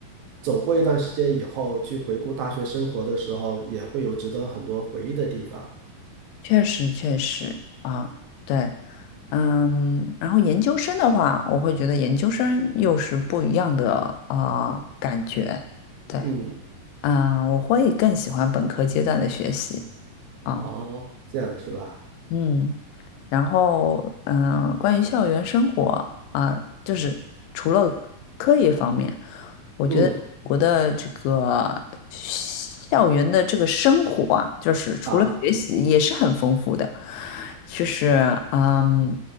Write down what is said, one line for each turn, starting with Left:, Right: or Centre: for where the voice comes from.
Right: 走过一段时间以后，去回顾大学生活的时候，也会有值得很多回忆的地方。
Left: 确实确实啊，对，嗯，然后研究生的话，我会觉得研究生又是不一样的啊、呃感觉，对，
Right: 嗯，
Left: 嗯，我会更喜欢本科阶段的学习啊。
Right: 哦，这样的是吧？
Left: 嗯，然后嗯、呃关于校园生活啊、就是除了课业方面，我觉得我的这个校园的这个生活啊，
Right: 嗯
Left: 就是除了学习也是很丰富的，
Right: 啊，
Left: 就是嗯，